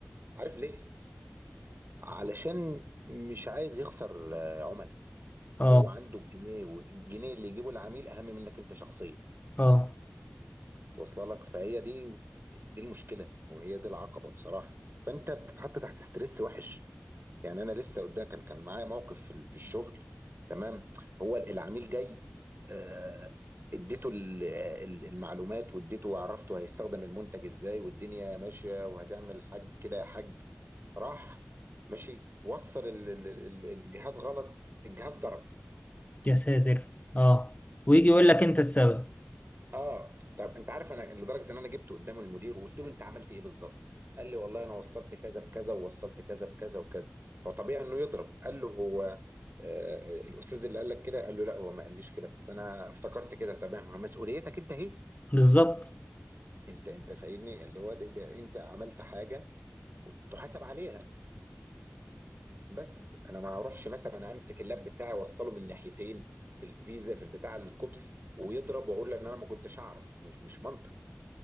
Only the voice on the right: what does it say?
عارف ليه؟ علشان مش عايز يخسر آه، عملاء
هو عنده الجنيه والجنيه اللي يجيبه العميل اهم منك انت شخصيا
واصله لك فهي دي دي المشكله وهي دي العقبه بصراحه فانت بتتحط تحت ستريس وحش يعني انا لسه قدام كان كان معايا موقف في ال- في الشغل تمام هو ال- العميل جاي آه، اديته ال- ال- المعلومات واديته وعرفته هيستخدم المنتج ازاي والدنيا ماشيه وهتعمل حاج كده يا حاج راح ماشي وصل ال- ال- ال- الجهاز غلط الجهاز ضرب
اه طب انت عارف انا لدرجه ان انا جبته قدام المدير وقلت له انت عملت ايه بالظبط قال لي والله انا وصلت كذا بكذا ووصلت كذا بكذا وكذا فطبيعي انه يضرب قال له هو آه الاستاذ اللي قال لك كده قال له لا هو ما قاليش كده بس انا افتكرت كده تمام مسؤوليتك انت اهي
انت انت فاهمني اللي هو ده, ده انت عملت حاجه وتحاسب عليها بس انا ما اروحش مثلا امسك اللاب بتاعي اوصله من ناحيتين في الفيزا في البتاع الكوبس ويضرب واقول له ان انا ما كنتش اعرف مش مش منطق